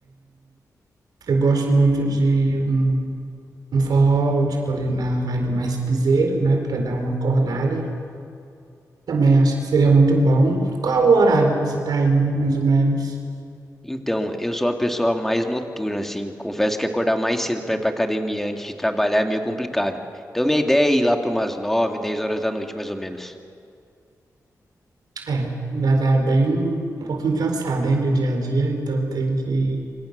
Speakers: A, on the right; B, in the centre.
A: Eu gosto muito de um, um forró, tipo ali na vibe mais piseiro, né, para dar uma acordada. Também acho que seria muito bom. Qual o horário que você tá indo, mais ou menos?
B: Então, eu sou uma pessoa mais noturna, assim. Confesso que acordar mais cedo para ir para academia antes de trabalhar é meio complicado. Então, minha ideia é ir lá para umas 9, 10 horas da noite, mais ou menos.
A: É, já tá bem um pouquinho cansada, hein, do dia a dia, então tem que